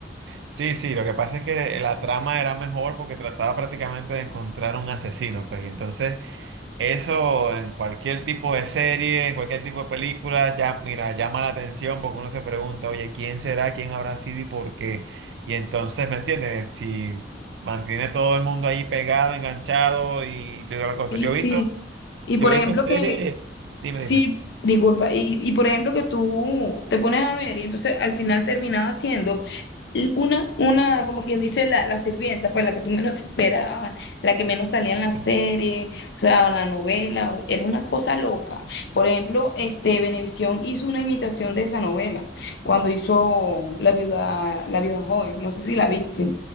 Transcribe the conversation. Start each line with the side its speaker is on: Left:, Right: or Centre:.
Right: Sí, sí, lo que pasa es que la trama era mejor porque trataba prácticamente de encontrar un asesino, pues, y entonces eso en cualquier tipo de serie, en cualquier tipo de película, ya, mira, llama la atención porque uno se pregunta, oye, ¿quién será? ¿Quién habrá sido y por qué? Y entonces, ¿me entiendes? Si mantiene todo el mundo ahí pegado, enganchado y toda la cosa.
Left: Sí,
Right: Yo
Left: sí.
Right: he visto,
Left: Y
Right: yo
Left: por
Right: he
Left: ejemplo,
Right: visto series,
Left: que
Right: dime,
Left: Sí,
Right: dime.
Left: disculpa. Y, y por ejemplo, que tú te pones a ver y entonces al final terminaba siendo l- una, una, como quien dice, la, la sirvienta, pues la que tú menos te esperabas, la que menos salía en la
Right: Sí.
Left: serie, o sea, en la novela, o- era una cosa loca. Por ejemplo, este, Venevisión hizo una imitación de esa novela cuando hizo La viuda, La viuda joven, no sé si la viste.